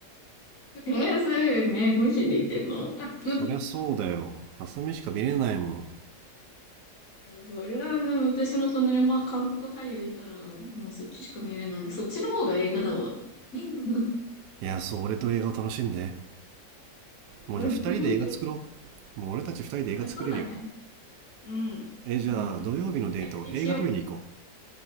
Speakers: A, on the left (about 50°); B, on the right (about 75°).
A: えー、そういうね、本心で言ってんの <laughs>
B: そりゃそうだよ。あすみしか見れないもん。
A: そりゃあね、私の隣も韓国俳優いたら、もうそっちしか見れない。そっちの方が映画だわ。うん
B: いや、そう、俺と映画を楽しんで。もうじゃあ二人で映画作ろ
A: <laughs>
B: う。もう俺たち二人で映画作れるよ。
A: あ、そうだね。うん。
B: え、
A: あの、
B: じゃあ土曜日のデート、
A: 配信しようか。
B: 映画撮りに行こ